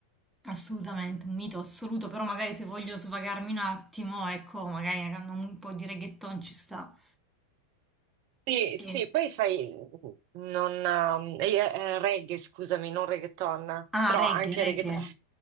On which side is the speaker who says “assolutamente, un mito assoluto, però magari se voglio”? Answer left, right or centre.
Centre